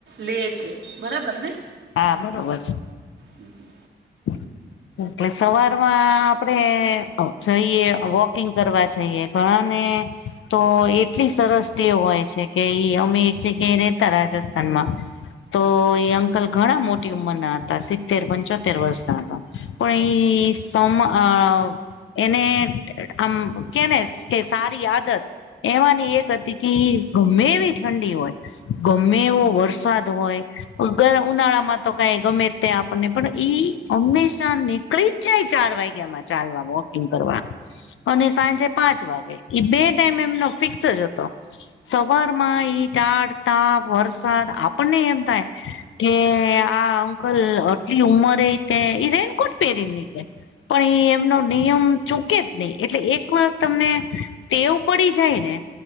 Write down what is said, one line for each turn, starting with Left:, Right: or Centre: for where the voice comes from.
Right: લે છે, બરાબર ને?
Left: હા, બરોબર છે.
Right: હુ, હુ,
Left: <inaudible> એટલે સવારમાં આપણેે જઈએ, વોકિંગ કરવા જઈએ. ઘણા ને તો એટલી સરસ તેવ હોય છે કે, ઈ અમે એક જગ્યાએ રેહતા રાજસ્થાન સ્થાનમાં, તો એ અંકલ ઘણા મોટી ઉંમરના હતા. સિત્તેર-પંચોતેર. સીતેર વર્ષના હતા, પણ ઈ સોમ અ. એને એમ કે ને કે સારી આદત. એમાની એક અતી કી ગમ્મે એવી ઠંડી ઓય, ગમ્મે એવો વરસાદ હોય, અગયા ઉનાળામાં તો કાઈ ગમે ત્યાં આપણને પણ. ઈ હંમેશા નીકળી જ જાય, ચાર વાગ્યામાં ચાલવા, વોકિંગ કરવા. અને સાંજે પાંચ વાગે એ બે ટાઈમ એમનો ફિક્સ જ હતો. સવારમાં ઈ ટાળ, તાપ, વરસાદ આપણને એમ થાય. કે આ અંકલ આટલી ઉમરે કે, ઈ રેઇનકોટ પહેરીને નીકળે. પણ એ એમનો નિયમ ચૂકે જ નઈ, એટલે એક વાર તમને ટેવ પળી જાય ને.